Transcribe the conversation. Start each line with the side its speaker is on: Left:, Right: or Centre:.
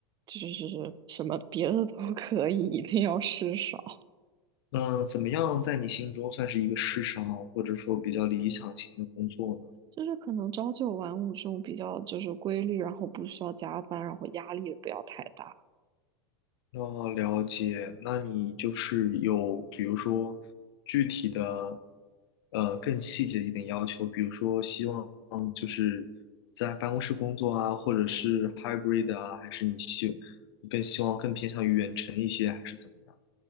Right: 就是什么别的都 <laughs> 可以，一定要事少，
Left: 那怎么样在你心中算是一个世上或者说比较理想型的工作呢？
Right: 就是可能朝九晚五这种比较就是规律，然后不需要加班，然后压力也不要太大。
Left: 哦，了解。那你就是有，比如说具体的，呃，更细节一点要求，比如说希望嗯就是在办公室工作啊，或者是 hybrid 啊，还是你希你更希望更偏向于远程一些，还是怎么样？